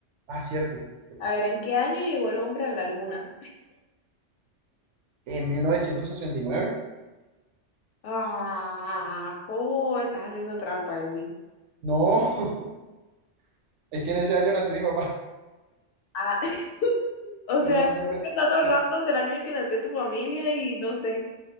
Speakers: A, on the right; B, on the left.
A: ah, cierto, cierto,
B: A ver,
A: cierto.
B: ¿en qué año llegó el hombre a la luna?
A: ¿En 1969.
B: Ah, oh, estás haciendo trampa, Erwin.
A: No, <laughs> es que en ese año nació mi papá.
B: Ah, <laughs>
A: <laughs>
B: o
A: yo
B: sea,
A: siempre...
B: todos los datos
A: Sí,
B: random del año en que nació tu familia y no sé.